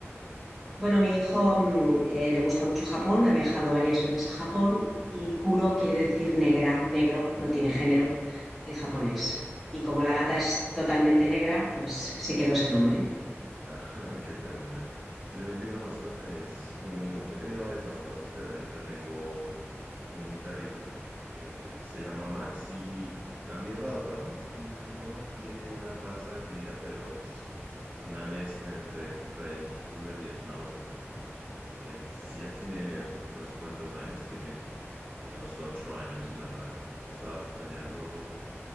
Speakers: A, in the centre; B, on the right (about 25°).
A: Bueno, mi hijo mm, eh, le gusta mucho Japón, ha viajado varias veces a Japón y Kuro quiere decir negra, negro, no tiene género en japonés.
B: Mm,
A: Y como
B: eh,
A: la gata es totalmente negra, pues se quedó ese nombre.
B: <laughs> qué ternura. Yo también tengo una mascota. Es un... He tenido varias mascotas, pero ahorita tengo un perrito, él se llama Max y también lo adoptamos. No tiene una raza definida, pero es una mezcla entre French Poodle y Schnauzer. Él sí ya tiene unos cuantos años, tiene unos ocho años y nos ha, ha estado acompañando